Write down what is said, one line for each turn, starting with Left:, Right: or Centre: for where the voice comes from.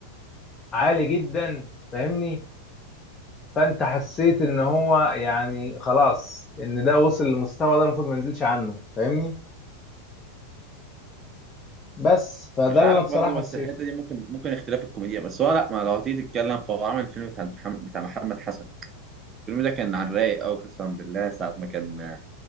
Left: عالي جدا فاهمني فانت حسيت ان هو يعني خلاص ان ده وصل للمستوى ده المفروض ما ينزلش عنه فاهمني بس فده
Right: مش عارف
Left: اللي انا بصراحة
Right: برضو
Left: حسيته
Right: بس الحته دي ممكن ممكن اختلاف الكوميديا بس هو لا ما لو هتيجي تتكلم فهو عمل الفيلم بتاع محمد بتاع محمد حسن الفيلم ده كان على الرايق قوي قسما بالله ساعه ما كان